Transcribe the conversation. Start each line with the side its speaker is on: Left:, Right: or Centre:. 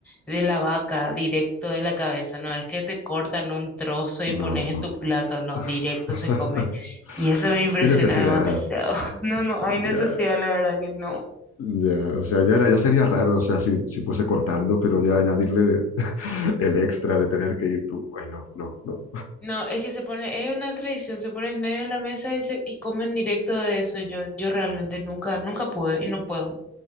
Centre: de la vaca, directo de la cabeza. No es que te cortan un trozo y
Left: No,
Centre: pones
Left: no.
Centre: en tu plato, no,
Left: <laughs>
Centre: directo se come. Y eso me impresiona
Left: ¿Qué necesidad?
Centre: demasiado. <laughs> No, no, hay necesidad,
Left: Ya,
Centre: la verdad que no.
Left: Ya, o sea, ya era, ya sería raro, o sea, si, si fuese cortando, pero ya añadirle <laughs> el extra de tener que ir tú. Ay, no, no, no.
Centre: No, es que se pone, es una tradición, se pone en medio de la mesa y, se, y comen directo de eso. Yo, yo realmente nunca, nunca pude y no puedo.